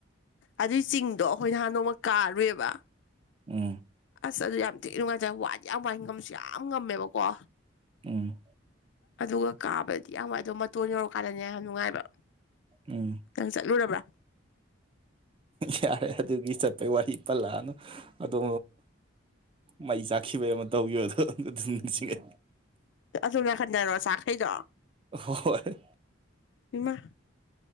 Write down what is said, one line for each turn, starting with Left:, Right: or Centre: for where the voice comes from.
Left: ꯑꯗꯨꯏ ꯆꯤꯡ ꯑꯗꯣ ꯑꯩꯈꯣꯏ ꯅꯍꯥꯟ ꯅꯣꯡꯃ ꯀꯥꯔꯨꯏꯦꯕ
Right: ꯎꯝ
Left: ꯑꯁ ꯑꯗꯨ ꯌꯥꯝ ꯊꯤ ꯅꯨꯡꯉꯥꯏꯖꯔ ꯋꯥꯏꯗꯤ ꯌꯥꯝ ꯋꯥꯏ ꯉꯝꯁꯨ ꯌꯥꯝ ꯉꯝꯃꯦꯕꯀꯣ
Right: ꯎꯝ
Left: ꯑꯗꯨꯒ ꯀꯥꯕꯗꯤ ꯌꯥꯝ ꯋꯥꯏ ꯑꯗꯣ ꯃꯇꯣꯟ ꯌꯧꯔꯀꯥꯟꯗꯅꯦ ꯌꯥꯝ ꯅꯨꯡꯉꯥꯏꯕ
Right: ꯎꯝ
Left: ꯅꯪ ꯆꯠꯂꯨꯔꯕ꯭ꯔꯥ
Right: ꯌꯥꯔꯦ ꯑꯗꯨꯗꯤ ꯆꯠꯄꯩ ꯋꯥꯍꯤ ꯄꯜꯂꯅ ꯑꯣꯗꯣ ꯃꯩ ꯆꯥꯛꯈꯤꯕꯩ ꯑꯃ ꯇꯧꯈꯤꯕꯣ ꯑꯗꯣ ꯑꯝꯇ ꯑꯗꯨꯝꯁꯤꯡꯉꯦ
Left: ꯑꯁꯨꯝꯅ ꯈꯟꯟꯅꯔꯣ ꯆꯈꯩꯗꯣ
Right: ꯍ
Left: ꯏꯃꯥ